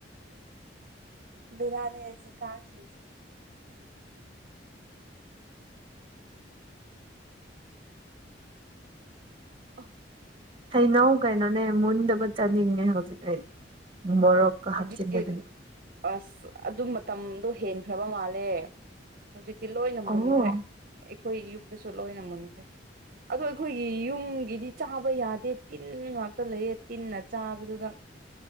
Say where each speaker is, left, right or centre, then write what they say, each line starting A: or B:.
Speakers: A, on the right; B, on the right.
A: ꯕꯤꯔꯅꯤꯁꯤ ꯀꯥꯟ ꯁꯨꯁꯦ ꯑ
B: ꯍꯩꯅꯧ ꯀꯩꯅꯣꯅꯦ ꯃꯨꯟꯗꯕ ꯆꯠꯅꯤꯡꯉꯦ ꯍꯧꯖꯤꯛ ꯑꯩ ꯃꯣꯔꯣꯛꯀ
A: ꯍꯧꯖꯤꯛꯇꯤ
B: ꯍꯥꯞꯆꯤꯤꯟꯂꯗꯨꯅ
A: ꯑꯁ ꯑꯗꯨ ꯃꯇꯝꯗꯣ ꯍꯦꯟꯈ꯭ꯔꯕ ꯃꯥꯜꯂꯦ ꯍꯧꯖꯤ ꯇꯤ ꯂꯣꯏꯅ ꯃꯨꯟꯈ꯭ꯔꯦ
B: ꯑꯣ
A: ꯑꯩꯈꯣꯏ ꯌꯨꯝꯗꯁꯨ ꯂꯣꯏꯅ ꯃꯨꯟꯈ꯭ꯔꯦ ꯑꯗꯣ ꯑꯩꯈꯣꯏꯒꯤ ꯌꯨꯝꯒꯤꯗꯤ ꯆꯥꯕ ꯌꯥꯗꯦ ꯇꯤꯟ ꯉꯥꯛꯇ ꯂꯩꯌꯦ ꯇꯤꯟꯅ ꯆꯥꯕꯗꯨꯗ